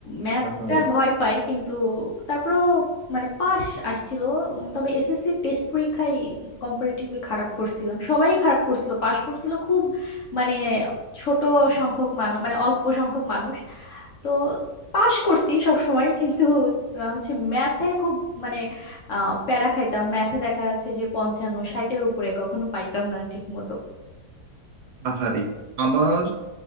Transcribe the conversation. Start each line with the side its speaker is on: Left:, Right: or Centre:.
Left: ম্যাথটা
Right: আহারে
Left: ভয় পাই কিন্তু তারপরও মানে পাস আসছিল উম, তবে এসএসসি টেস্ট পরীক্ষায় কম্পারেটিভলি খারাপ করছিলাম সবাই খারাপ করছিল পাশ করছিল খুব মানে ছোট সংখ্যক মানুষ মানে অল্প সংখ্যক মানুষ তো পাশ করছি সব সময় কিন্তু আহ, হচ্ছে ম্যাথে খুব মানে আহ, প্যারা খাইতাম ম্যাথে দেখা যাচ্ছে যে পঞ্চান্ন ষাটের উপরে কখনো পাইতাম না ঠিক মতো
Right: আহারে আমার